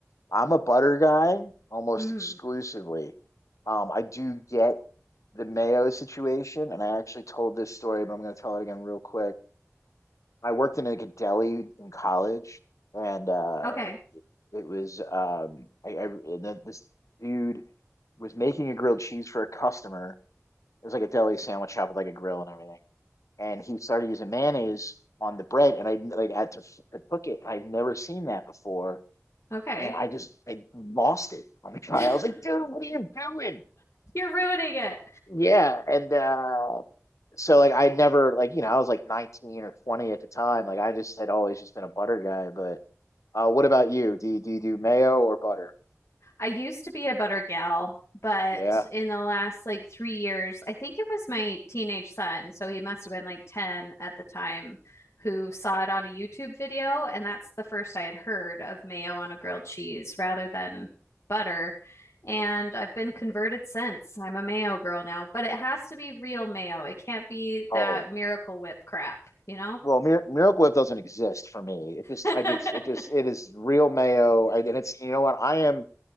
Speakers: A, on the left; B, on the left.
A: I'm a butter guy almost
B: Mm.
A: exclusively. Um, I do get the Mayo situation, and I actually told this story, but I'm going to tell it again real quick. I worked in like a deli in college, and uh,
B: Okay.
A: it was um, I, I and then this dude was making a grilled cheese for a customer. It was like a deli sandwich shop with like a grill and everything, and he started using mayonnaise on the bread, and I like had to, f- to cook it. I'd never seen that before,
B: Okay.
A: and I just I lost it on the trial.
B: <laughs>
A: I was like, "Dude, what are you doing?"
B: You're ruining it.
A: Yeah, and uh so like I never like you know I was like 19 or 20 at the time. Like I just had always just been a butter guy. But uh what about you? Do you, do you do mayo or butter?
B: I used to be a butter gal, but
A: Yeah.
B: in the last like three years, I think it was my teenage son, so he must have been like 10 at the time, who saw it on a YouTube video. And that's the first I had heard of mayo on a grilled cheese rather than butter. And I've been converted since. I'm a mayo girl now, but it has to be real mayo. It can't be
A: Oh.
B: that Miracle Whip crap, you know?
A: Well, Mir Miracle Whip doesn't exist for me. It just
B: <laughs>
A: I just it just it is real mayo. I- And it's you know what I am